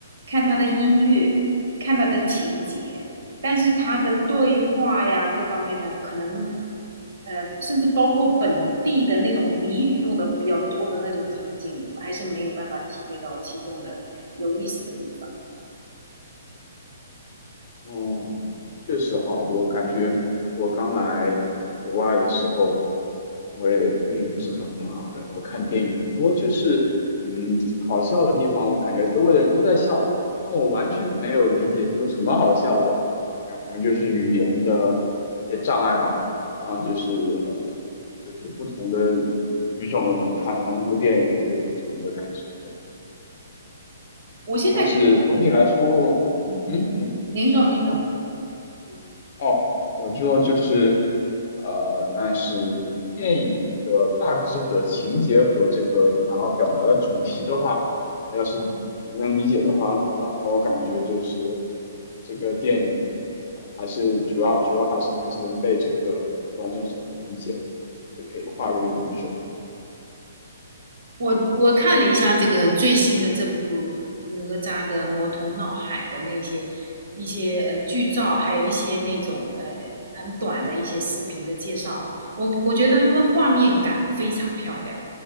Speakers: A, on the right; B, on the left.
A: 看它的音乐，看它的情节，但是它的对话呀各方面呢，可能，呃，甚至包括本地的那种俚语用的比较多的那种场景，我还是没有办法体会到其中的有意思的地方。
B: 哦，确实哈，我感觉我刚来国外的时候，我也英语不是很好，然后看电影很多就是嗯好笑的地方，我感觉周围的人都在笑，但我完全没有理解这有什么好笑的，感觉就是语言的一些障碍吧，然后就是呃就是不同的语种的人看同一部电影有不同的感受，
A: 我现在感
B: 但是总体来说，
A: 嗯哼，
B: 嗯，
A: 您说，您说，
B: 你说。
A: 嗯
B: 哦，我做就是，呃，但是电影的大致的情节和这个想要表达的主题的话，要是能理解的话，那我感觉就是这个电影还是主要主要还是还是能被这个观众所能理解的，就可以跨越语种。
A: 我我看了一下这个最新的这部哪吒的魔童闹海的那些一些呃剧照，还有一些那种呃很短的一些视频的介绍，我我觉得它的画面感非常漂亮，